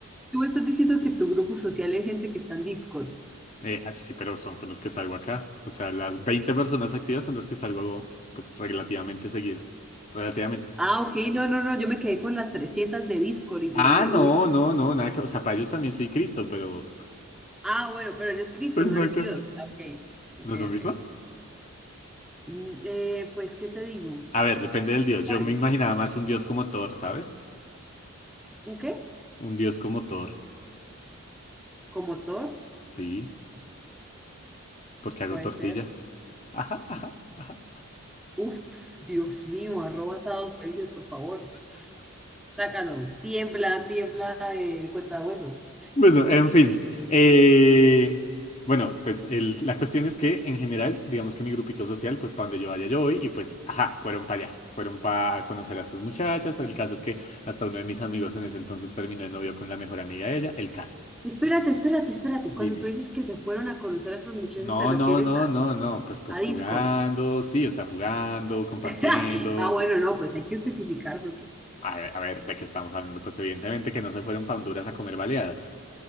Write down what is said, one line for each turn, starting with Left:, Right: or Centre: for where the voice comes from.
Centre: Tú estás diciendo que tu grupo social es gente que está en Discord.
Left: eh, ah, sí, pero son con los que salgo acá. O sea, las 20 personas activas son las que salgo, pues, relativamente seguido. Relativamente.
Centre: Ah, ok, no, no, no, yo me quedé con las trescientas de Discord y
Left: Ah,
Centre: yo dije,
Left: no,
Centre: uy, qué.
Left: no, no, nada que... O sea, para ellos también soy Cristo, pero...
Centre: Ah, bueno, pero eres Cristo,
Left: Pues
Centre: no
Left: nada
Centre: eres
Left: que
Centre: Dios.
Left: ver.
Centre: Ah, Ok, ok,
Left: ¿No es lo mismo?
Centre: ok. Mm, eh, pues, ¿qué te digo?
Left: A ver, depende
Centre: Se
Left: del
Centre: supone,
Left: dios. Yo me imaginaba más un dios como Thor, ¿sabes?
Centre: ¿un qué?
Left: Un dios como Thor.
Centre: ¿Como Thor?
Left: Sí. Porque hago
Centre: Puede
Left: tortillas.
Centre: ser.
Left: Ajá, ajá, ajá.
Centre: Uf, Dios mío, arroba sábados felices, por favor. Sácalo, tiembla, tiembla, eh, cuenta huesos.
Left: Bueno, en fin. Eh, bueno, pues el- la cuestión es que en general, digamos que mi grupito social, pues para donde yo vaya yo voy y pues, ajá, fueron para allá. Fueron para conocer a estas muchachas. El caso es que hasta uno de mis amigos en ese entonces terminó de novio con la mejor amiga de ella. El caso.
Centre: Espérate, espérate, espérate. Cuando
Left: Dime.
Centre: tú dices que se fueron a conocer a esas muchachas,
Left: No,
Centre: ¿te refieres
Left: no, no, no, no. Pues, pues
Centre: a, a
Left: jugando,
Centre: Discord?
Left: sí, o sea, jugando, compartiendo.
Centre: <laughs> Ah, bueno, no, pues hay que especificar porque
Left: A ver, a ver, ¿de qué estamos hablando? Pues evidentemente que no se fueron para Honduras a comer baleadas.